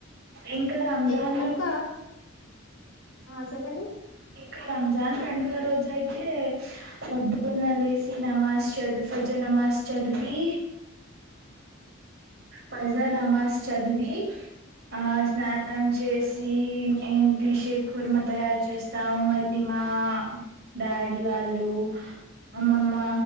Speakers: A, on the right (about 55°); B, on the left (about 85°).
A: ఇంకా రంజాన్
B: ఎక్ ఒక ఆ చెప్పండి
A: ఇంకా రంజాన్ పండుగ రోజు అయితే పొద్దున్నే లేసి నమాస్ చదు ఫజ నమాస్ చదివి పజ నమాజ్ చదివి ఆ స్నానం చేసి ఈ ఏంటిషీర్ కుర్మ తయారు చేస్తాం మరి మా డాడీ వా ల్లు అమ్మ అమ్మా